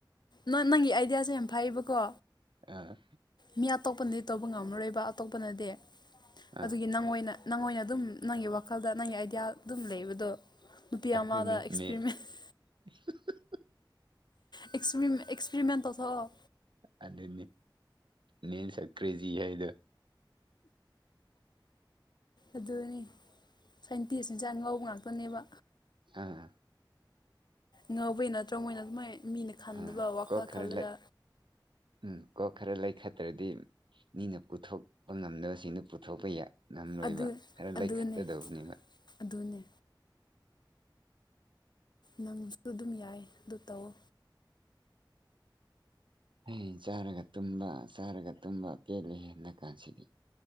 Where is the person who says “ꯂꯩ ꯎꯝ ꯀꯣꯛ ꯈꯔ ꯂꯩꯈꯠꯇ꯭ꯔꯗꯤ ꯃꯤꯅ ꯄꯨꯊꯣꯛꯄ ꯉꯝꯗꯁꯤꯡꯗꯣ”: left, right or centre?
Right